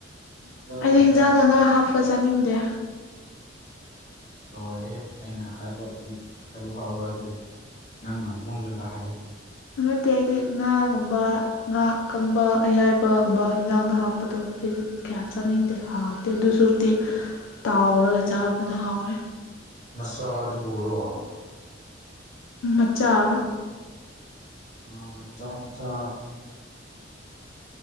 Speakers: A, on the left; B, on the left.
A: ꯉꯥꯖꯥꯏꯒꯨꯝꯕ
B: ꯑꯩꯅ ꯍꯤꯟꯖꯥꯡꯗ ꯉ
A: ꯍꯥꯞꯄꯒ
B: ꯍꯥꯞꯄ ꯆꯥꯅꯤꯡꯗꯦ꯫
A: ꯂꯣꯏꯔꯦ ꯑꯩꯅꯕ ꯍꯥꯏꯕ ꯐꯥꯎ ꯂꯣꯏꯗ꯭ꯔꯔꯤ ꯅꯪꯅ ꯃꯨꯜꯂꯒ ꯍꯥꯏꯌꯦ꯫
B: ꯑꯗꯨ ꯅꯠꯇꯦ ꯑꯩꯗꯤ ꯉꯥꯒꯨꯝꯕ꯫ ꯉꯥ ꯀꯪꯕ ꯑꯌꯥꯏꯕꯒꯨꯝꯕ ꯌꯦꯟꯖꯥꯡꯗ ꯍꯥꯞꯄꯗꯣ ꯑꯩꯁꯨ ꯀꯌꯥ ꯆꯥꯅꯤꯡꯗꯦ ꯍꯥꯎꯋ ꯑꯦ ꯑꯗꯨꯁꯨꯛꯇꯤ ꯇꯥꯎꯔꯒ ꯆꯥꯕꯗꯨꯅ ꯍꯥꯎꯋꯦ꯫
A: ꯃꯆꯥꯥꯗꯨꯕꯨꯔꯣ
B: ꯃꯆꯥꯆꯥ
A: ꯉꯥ ꯃꯆꯥ ꯃꯆꯥ